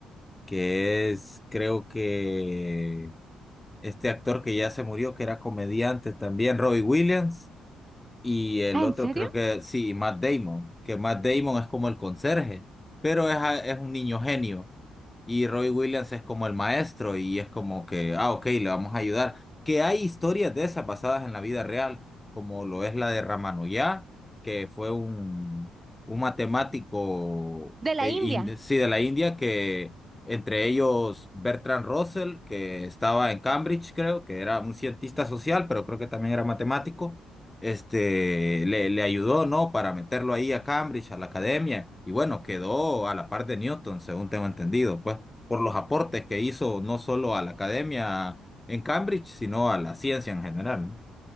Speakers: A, on the left (about 15°); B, on the right (about 30°).
A: que es, creo que este actor que ya se murió, que era comediante también, Robbie Williams, y el
B: Ah,
A: otro
B: ¿en serio?
A: creo que sí, Matt Damon, que Matt Damon es como el conserje, pero es, a- es un niño genio. Y Roy Williams es como el maestro y es como que, ah, ok, le vamos a ayudar. Que hay historias de esas basadas en la vida real, como lo es la de Ramanujá, que fue un, un matemático,
B: De la
A: eh,
B: India.
A: in- sí, de la India, que entre ellos Bertrand Russell, que estaba en Cambridge, creo, que era un cientista social, pero creo que también era matemático este, le, le ayudó, ¿no? Para meterlo ahí a Cambridge, a la academia, y bueno, quedó a la par de Newton, según tengo entendido, pues, por los aportes que hizo no solo a la academia en Cambridge, sino a la ciencia en general. ¿no?